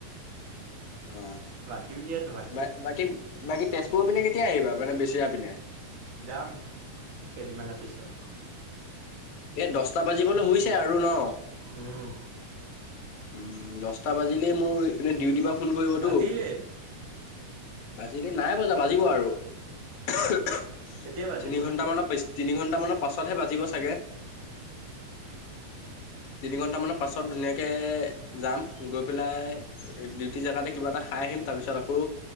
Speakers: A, on the left (about 60°); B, on the right (about 75°).
A: অ
B: মাতিম দিয়া। তোমাকো
A: বা বাকী বাকী তেজপুৰৰ পিনে কেতিয়া আহিবা মানে? চিয়া পিনে।
B: যাম কেইদিনমানৰ পিছত
A: এ দহটা বাজিবলৈ শুইছে আৰু ন।
B: উম।
A: উ দহটা বাজিলেই মোৰ ইপিনে ডিউটিৰ পা ফোন কৰিবতো।
B: বাজিলেই
A: লেই নাই বজা বাজিব আৰু তিনি
B: কেতিয়া বাজিব
A: ঘণ্টামানৰ পিছ। তিনি ঘণ্টামানৰ পাছতহে বাজিব চাগে। তিনি ঘণ্টা মানৰ পাছত ধুনীয়া। কে যাম গৈ পেলাই ডিউটি জেগাতে কিবা এটা খাই আহিম তাৰপিছত আকৌ।